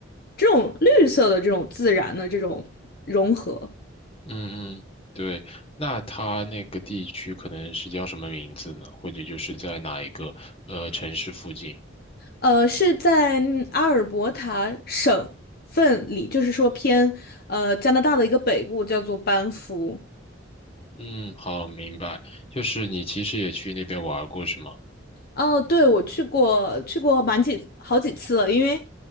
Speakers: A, on the left; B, on the left.
A: 这种绿色的这种自然的这种融合。
B: 嗯嗯，对，那它那个地区可能是叫什么名字呢？或者就是在哪一个呃城市附近？
A: 呃，是在嗯阿尔伯塔省份里，就是说偏呃加拿大的一个北部，叫做班夫。
B: 嗯，好，明白。就是你其实也去那边玩儿过是吗？
A: 哦，对，我去过，去过蛮几好几次了，因为，